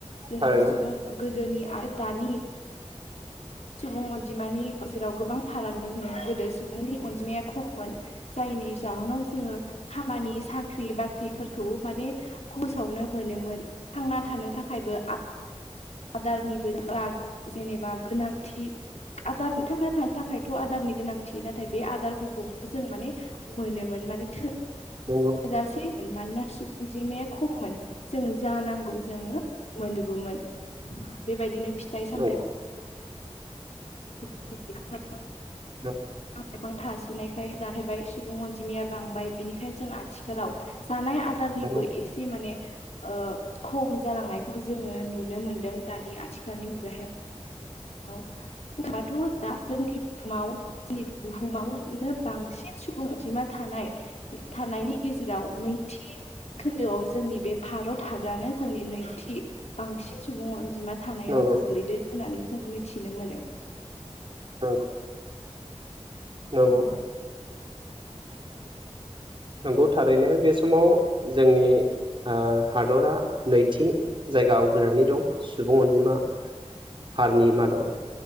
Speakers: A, on the left; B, on the right.
A: जोङो
B: थारैनो
A: सुबुं गोदोनि आरो दानि सुबुं अनजिमानि गेजेराव गोबां फाराग नुनो मोनो गोदो सुबुंनि अनजिमाया खममोन। जायनि जाहोनाव जोङो खामानि साख्रि बाख्रिफोरखौबो माने फोसावनो मोनोमोन थांना थानो थाखायबो आ आदारनिबो फाराग जेनेबा गोनां। थि आदार थांना थानो थाखायथ' आदारनि गोनांथि नाथाय बे आदारफोरखौबो जों माने मोनोमोन माने थो
B: नंगौ
A: जासै मानोना सुबुं अनजिमाया खममोन जों जानांगौ जोंङो मोनो मोन बेबायदिनो फिथाइ सामथाय
B: नंगौ
A: <unintelligible>
B: <unintelligible>
A: बिफां थासोनायखाय जाहैबाय सुबुं अनजिमाया बांबाय बेनिखायनो जों आथिखालाव जानाय आ दारनिबो
B: नंगौ
A: एसे माने ओ खम जालांनायखौ जोङो नुनो मोनदों। दानि आथिखालनि मुगायाव बुंबाथ' दा जोंनि भुमाव। जोंनि बुहुमावनो बांसिन सुबुं अजिमा थानाय थानायनि गेजेराव नैथि। खोन्दोआव जोंनि बे भारत हादरानो जोंनि नैथि बांसिन सुबुं अनजिमा। थानायाव
B: नंगौ
A: गोग्लैदो होननानै जों मिथिनो मोनो।
B: औ। नंगौ
A: औ
B: नंगौ थारैनो बे समाव जोंनि ओ हादरा नैथि जायगा आवग्रिनानै दं सुबुं अनजिमा। हारनि मादाव